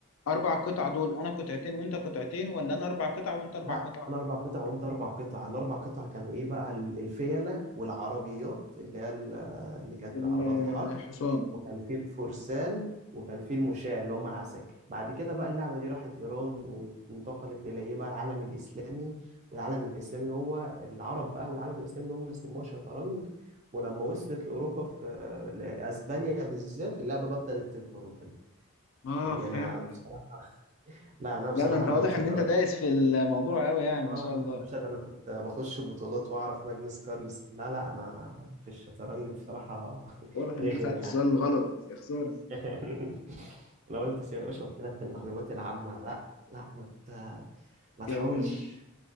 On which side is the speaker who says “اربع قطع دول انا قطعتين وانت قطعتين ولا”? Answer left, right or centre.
Left